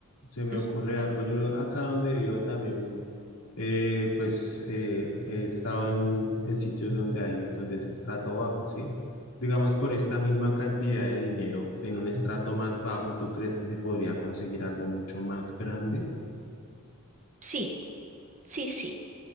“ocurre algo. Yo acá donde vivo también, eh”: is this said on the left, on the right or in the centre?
Left